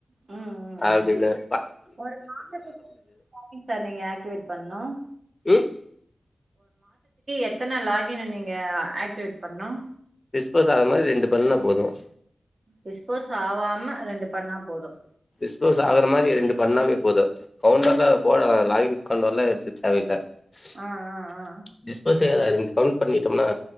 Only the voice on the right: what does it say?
ம் ம்
ம் ஒரு மாத்து மாசத்துக்கு எத்தனை சிம் சார் நீங்க ஆக்ட்டிவ்ட் பண்ணனும்
அத்தனா லாகின் நீங்க ஆக்டிவேட் பண்ணும்
டிஸ்போஸ் ஆவாம ரெண்டு பண்ணா போதும்
ஆ ஆ ஆ